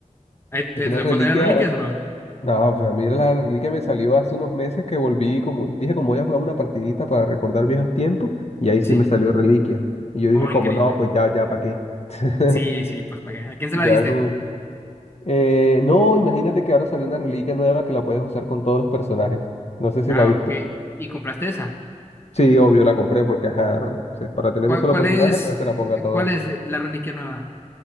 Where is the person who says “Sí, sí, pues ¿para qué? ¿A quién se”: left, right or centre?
Left